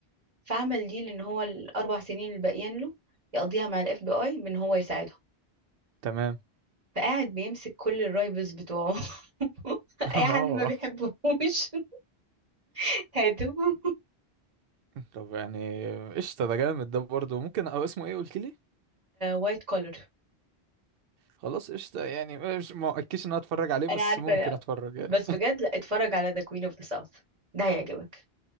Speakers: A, on the right (about 35°); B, on the right (about 65°).
A: فعمل ديل ان هو الاربع سنين اللي باقيين له يقضيها مع الاف بي اي بان هو يساعدهم
B: تمام
A: فقاعد بيمسك كل الرايفلز بتوعه <laughs>
B: <laughs>
A: اي
B: اه
A: حد ما بيحبهوش <laughs> هاتوا
B: طب يعني قشطة ده جامد ده برضه ممكن او اسمه ايه قلت لي
A: وايت كولر
B: خلاص قشطة يعني مش ما اكدش ان انا اتفرج عليه
A: انا
B: بس
A: عارفه
B: ممكن
A: لا.
B: اتفرج يعني
A: بس بجد لا اتفرج على ذا كوين اوف ذا ساوث ده هيعجبك